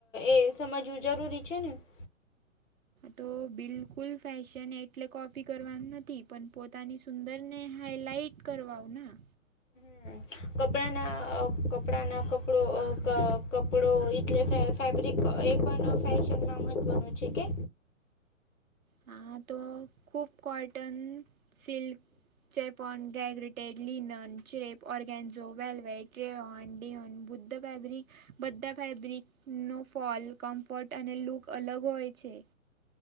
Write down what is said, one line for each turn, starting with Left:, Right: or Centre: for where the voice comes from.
Left: એ સમજવું જરૂરી છે ને. <unintelligible>
Right: તો બિલકુલ, ફેશન એટલે કોપી કરવાનું નથી, પણ પોતાની શ સુંદરને હાાઈલાઇટ કરવાઓ ના.
Left: હમ કપડાના આ કપડાના કપડ ક કપડો એટલે. ફેબ્રિક એ પણ ફેશન મહત્વ છે કે.
Right: હા, તો ખૂબ કોટન સિલ્ક. ચેપ ઓન ગેગ્રેટેડ લિનન, ચિરેપ, ઓર્ગેન્ઝો, વેલ્વેટ ટ્રે ઓન બુદ્ધ. ફેબ્રિક બધા, ફેબ્રિકનો ફોલ કમ્ફર્ટ અને લૂક અલગ હોય છે.